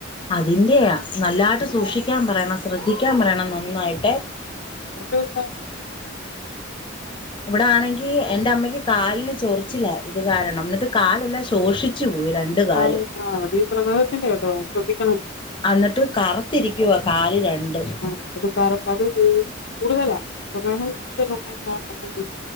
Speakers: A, on the left; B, on the left.
A: അതിൻന്റെയ നല്ലായിട്ട്
B: ഉം.
A: സൂക്ഷിക്കാൻ പറയണം ശ്രദ്ധിക്കാൻ പറയണം നന്നായിട്ട്.
B: കുറച്ച് ദിവസം.
A: ഇവിടെ ആണെങ്കി എന്റെ അമ്മയ്ക്ക് കാലിന് ചൊറിച്ചില ഇത് കാരണം എന്നിട്ട് കാലെല്ലാം ശോഷി ഷിച്ച് പോയി രണ്ട്. കാലും
B: ആഹ് അത് ഈ പ്രമേഹത്തിന്റെ കേട്ടോ ശ്രദ്ധിക്കണം.
A: അന്നിട്ട് കറുത്തിരിക്കുവ കാല് രണ്ടും.
B: <unintelligible>